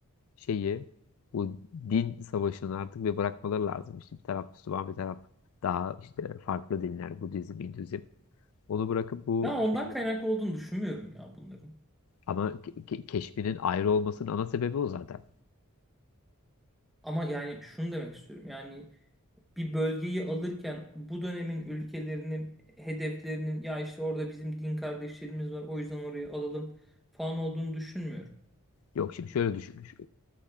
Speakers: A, on the left (about 70°); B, in the centre.
A: e, şeyi, bu din savaşını artık bir bırakmaları lazım. İşte bir taraf Müslüman, bir taraf daha işte farklı dinler, Budizm, Hinduizm. Onu bırakıp bu
B: Ben ondan
A: şey
B: kaynaklı olduğunu düşünmüyorum ya bunların.
A: ama ke- ke- keşfinin ayrı olmasının ana sebebi o zaten.
B: Ama yani şunu demek istiyorum. Yani bir bölgeyi alırken bu dönemin ülkelerinin hedeflerinin ya işte orada bizim din kardeşlerimiz var o yüzden oraya alalım falan olduğunu düşünmüyorum.
A: Yok şimdi şöyle düşünmüş.